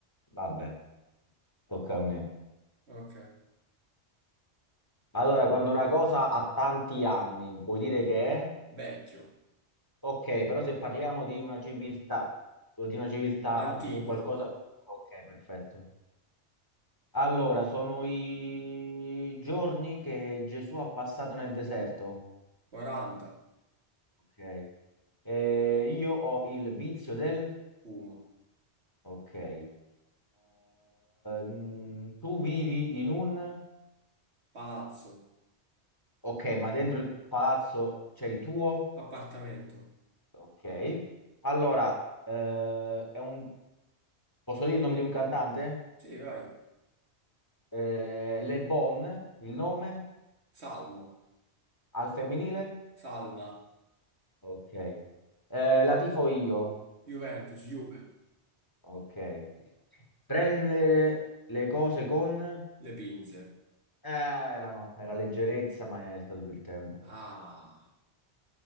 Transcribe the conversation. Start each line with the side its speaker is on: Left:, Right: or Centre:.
Left: Vabbè, tocca a me.
Right: Ok.
Left: Allora, quando una cosa ha tanti anni, vuoi dire che è?
Right: Vecchio,
Left: Ok, però se parliamo di una civiltà, o di una civiltà,
Right: antico,
Left: di un qualcosa... Ok, perfetto. Allora, sono i giorni che Gesù ha passato nel deserto.
Right: 40,
Left: Ok. Eh, io ho il vizio del...
Right: fumo,
Left: Ok. Eh, mm, tu vivi in un...
Right: palazzo,
Left: Ok, ma dentro il palazzo c'è il tuo?
Right: appartamento.
Left: Ok. Allora, eh, è un Posso dire il nome di un cantante?
Right: Sì, vai.
Left: Eh, Le Bon, il nome?
Right: Salmo,
Left: Al femminile?
Right: Salma,
Left: Ok. Eh, la tifo io.
Right: Juventus, Juve,
Left: Ok. Prendere le cose con... Eh,
Right: Le Pinze.
Left: erano, era leggerezza, ma è scaduto il tempo.
Right: Ah,